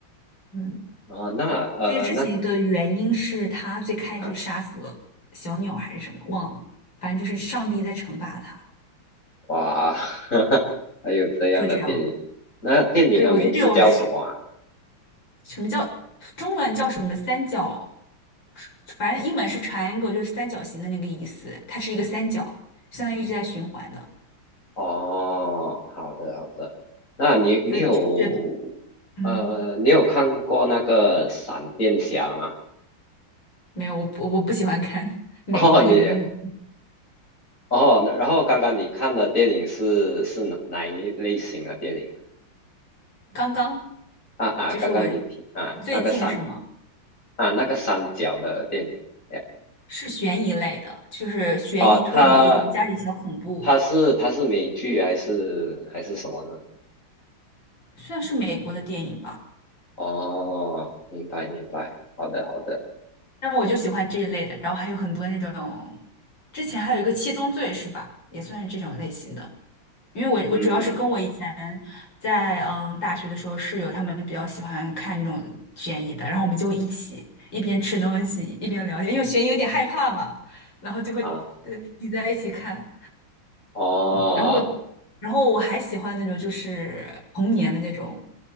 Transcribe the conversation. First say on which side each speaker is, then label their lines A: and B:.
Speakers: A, on the left; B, on the left.
A: 嗯。
B: 啊，那呃那
A: 这件事情的原因是他最开始杀死了小鸟还是什么，
B: 啊
A: 忘了，反正就是上帝在惩罚他，
B: 哇，<laughs> 还有这样的电影，
A: 就这样。
B: 那电影的名字叫什么啊？
A: 对，我觉得这种是什么叫中文叫什么三角，反正英文是 triangle，就是三角形的那个意思，它是一个三角，相当于一直在循环的，
B: 哦，好的好的，那你你有
A: 就就觉得嗯，
B: 呃你有看过那个闪电侠吗？
A: 没有，我我我不喜欢看 <laughs> 美国这种叫什么
B: <laughs> 哦你哦，那然后刚刚你看的电影是是哪哪一类型的电影？
A: <laughs> 刚刚
B: 啊啊，
A: 就是我
B: 刚刚你听啊那个闪。
A: 最近是吗？
B: 啊，那个三角的电影，哎呀
A: 是悬疑类的，就是悬疑推理，
B: 哦，他
A: 有点加点小恐怖，
B: 他是他是美剧还是还是什么呢？
A: 算是美国的电影吧。
B: 哦，明白明白，好的好的，
A: 但我就喜欢这一类的，然后还有很多那种，之前还有一个《七宗罪》是吧？也算是这种类型的。因为我我主要是跟我以前在嗯大学的时候室友他们比较喜欢看这种悬疑的，
B: 嗯
A: 然后我们就会一起一边吃东西一边聊天，因为悬疑有点害怕嘛，然后就会呃挤在一起看。
B: 啊，哦
A: 嗯，然后然后我还喜欢那种就是童年的那种，